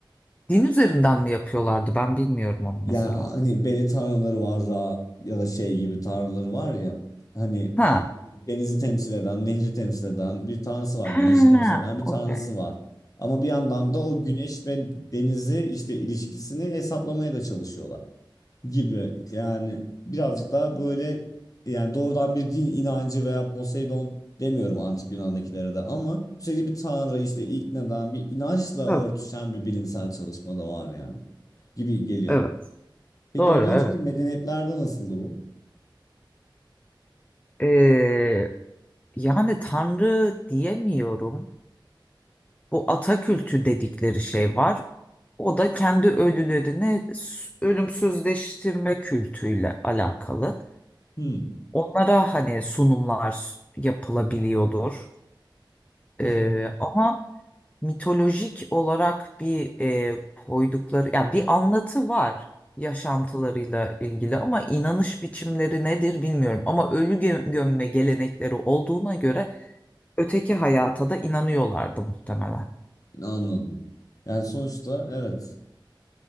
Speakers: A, on the left; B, on the left.
A: Din üzerinden mi yapıyorlardı ben bilmiyorum onu
B: Ya
A: mesela.
B: hani beni tanrıları var Ra ya da şey gibi tanrıları var ya hani
A: Ha.
B: denizi temsil eden, nehri temsil eden bir tanrısı var,
A: Ha,
B: güneşi temsil eden bir
A: okey.
B: tanrısı var. Ama bir yandan da o güneş ve denizi işte ilişkisini hesaplamaya da çalışıyorlar gibi. Yani birazcık daha böyle yani doğrudan bir din inancı veya Poseidon demiyorum antik Yunan'dakilere de ama sürekli bir tanrı işte iknadan bir inançla
A: Tabii,
B: örtüşen bir bilimsel çalışma da var yani gibi geliyor.
A: evet.
B: Peki
A: Doğru,
B: ondan
A: evet.
B: önceki medeniyetlerde nasıldı bu?
A: Ee, yani tanrı diyemiyorum. Bu Atakültü dedikleri şey var. O da kendi ölülerini s- ölümsüzleştirme kültüyle alakalı.
B: Hmm.
A: Onlara hani sunumlar yapılabiliyordur.
B: <laughs>
A: Ee, ama mitolojik olarak bir e, koydukları ya bir anlatı var yaşantılarıyla ilgili ama inanış biçimleri nedir bilmiyorum ama ölü gö- gömme gelenekleri olduğuna göre öteki hayata da inanıyorlardı muhtemelen.
B: Anladım. Yani sonuçta evet.